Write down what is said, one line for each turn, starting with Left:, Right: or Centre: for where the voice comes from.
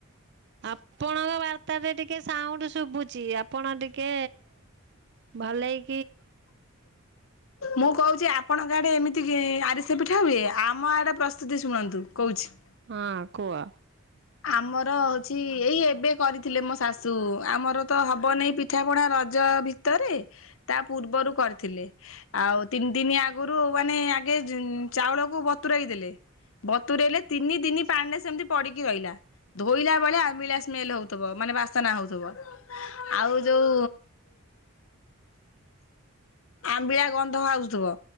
Right: ଆପଣଙ୍କ ବାର୍ତ୍ତାରେ ଟିକେ ସାଉଣ୍ଡ ଶୁବୁଚି ଆପଣ ଟିକେ ଭଲେଇ
Left: ମୁଁ କୋହୁଚି ଆପଣଙ୍କାଡେ ଏମିତି ଏତିକି ଆରିସା ପିଠା ହୁଏ। ଆମ ଆଡେ ପ୍ରସ୍ତୁତି ଶୁଣନ୍ତୁ କୋଉଚି।
Right: ହଁ କୁହ‌।
Left: ଆମର ହୋଉଚି ଏଇ ଏବେ କରିଥିଲେ ମୋ ଶାଶୁ ଆମର ତ ହବନି ପିଠା ପଣା ରଜ ଭିତରେ। ତା ପୂର୍ବରୁ କରିଥିଲେ ଆଉ ତିନି ଦିନି ଆଗରୁ ମାନେ ଆଗେ <unintelligible> ଚାଉଳକୁ ବ ତୁରଇ ଦେେଲେ ବତୁରଇଲେ ତିନି ଦିନି ପାଣିରେ ସେମିତି ପଡିକି ରହିଲା। ଧୋଇଲା ବେଳେ ଆମ୍ବିଳା ସ୍ମେଲ ହୋଉଥିବ ମାନେ ବାସ୍ନା ହୋଉଥିବ ଆଉ ଯୋଉ ଆମ୍ବିଳା ଗନ୍ଧ ଆସୁଥିବ।